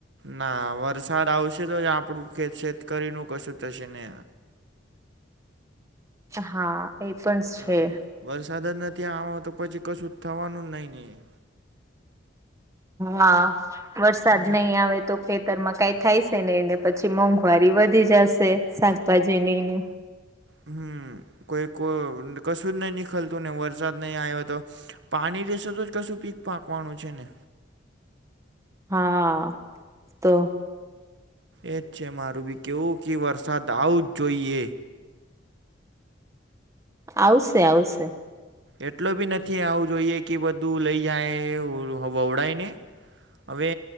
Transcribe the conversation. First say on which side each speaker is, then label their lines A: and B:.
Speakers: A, on the right; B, on the right.
A: ના વરસાદ આવશે તો જ આપણું <unintelligible> કશું થશે ને
B: હા એ પણ
A: હા
B: છે
A: વરસાદ જ નથી આ વાનો તો પછી કશું થવાનું જ નહીં નહીં
B: હા વરસાદ
A: ને
B: નહી આવે તો ખેત ખતર માં કઈ થાય છે ને એને પછી મોંઘવારી વધી જશે શાકભાજી ને એને
A: હમજ કોઈ ક કશું જ નહી નીખલતું ને વરસાદ નહી આવ્યો તો પાણી રે સો તો જ કશું પીક પાકવાનું છે ને
B: હા તો
A: એ જ છે મારું બી કેવું કે વરસાદ આવું જ જોઈએ
B: આવશે આવશે
A: એટલો બી નથી આવું જોઈએ કે બધું લઈ જાય વવડાય ને હવે